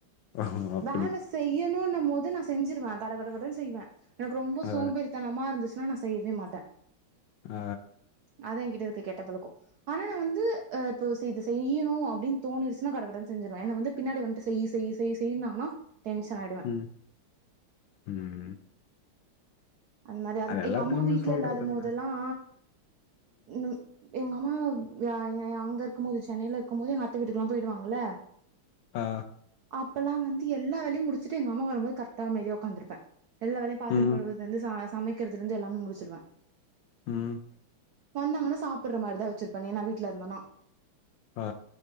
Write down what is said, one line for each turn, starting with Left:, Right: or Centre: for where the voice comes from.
Left: ஓ அப்டி
Right: வேல செய்யணும்ன்னும் போது நான் செஞ்சிருவேன் கடகட கடன்னு செய்வேன் எனக்கு ரொம்ப
Left: ஆ
Right: சோம்பேறி தனமா இருந்துச்சுன்னா நான் செய்யவே மாட்டேன்
Left: ஆ
Right: அதான் என்கிட்டருக்க கெட்ட பழக்கம் ஆனா நான் வந்து இப்போ இத செய்யணும் அப்டின்னு தோணிச்சுன்னா கட கடன்னு செஞ்சிருவேன் ஏன்னா வந்து பின்னாடி வந்துட்டு செய் செய் செய் செய்ன்னாங்கன்னா டென்ஷனாயிடும்
Left: ம் ம்ம்
Right: அந்த மாதிரி ஆகும்
Left: எல்லாத்துலயுமே
Right: எங்க அம்மா வீட்டுல
Left: சொல்றதுண்டா
Right: இல்லாத போதெல்லாம் ம் எங்க அம்மா எங்க அங்க இருக்கும் போது சென்னையில இருக்கும் போது எங்க அத்தை வீட்டுக்கு எல்லாம் போயிடுவாங்கல்ல
Left: ஆ
Right: அப்பெல்லாம் வந்து எல்லா வேலையும் முடிச்சிட்டு எங்க அம்மா வரும்போது கரெக்டா அமைதியா உக்காந்துருப்பேன் எல்லா வேலையும் பாத்திரம்
Left: ம்
Right: கழுவுறதுலருந்து சமைக்கிறதுல இருந்து எல்லாமே முடிச்சிருவேன்
Left: ம்
Right: வந்தங்கன்னா சாப்ட்ற மாதிரிதான் வச்சிருப்பேன் நா வீட்ல இருந்தேனா
Left: ஆ